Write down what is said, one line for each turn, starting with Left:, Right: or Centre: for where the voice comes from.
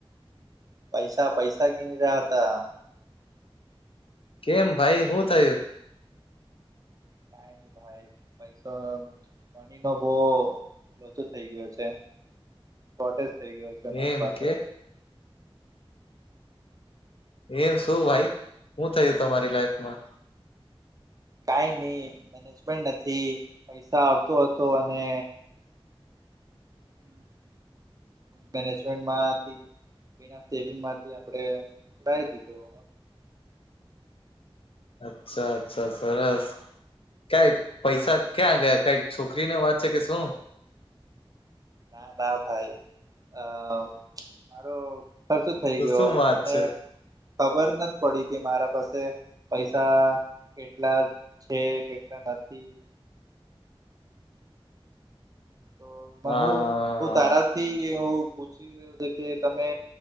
Right: પૈસા પૈસા ગીની રહ્યા હતા
Left: કેમ ભાઈ શું થયું?
Right: કઈ નહી ભાઈ પૈસા પાણી નો બહુ લોચો થઇ ગયો છે. શોટેજ થઇ ગયો છે મારી
Left: એમ
Right: પાસે
Left: કે એમ શું ભાઈ શું થયું તમારી લાઈફમાં?
Right: કઈ નહી મેનેજમેન્ટ નથી પૈસા આવતો હતો અને
Left: <inaudible>
Right: <unintelligible> મેનેજમેન્ટ માંથી સેવિંગમાંથી ઉડાઈ દીધો
Left: અચ્છા અચ્છા સરસ ક્યાંઈ પૈસા ક્યાં ગયા કઈક છોકરી ને વાત છે કે શું
Right: ના ના ભાઈ અ મારો ખર્ચો થઈ
Left: તો
Right: ગયો
Left: શું વાત
Right: મને
Left: છે
Right: ખબર નથી પડી કે મારા પાસે પૈસા કેટલા છે કેટલા નથી તો
Left: હા
Right: હું હું તારા થી એવુ પૂછી કે તમે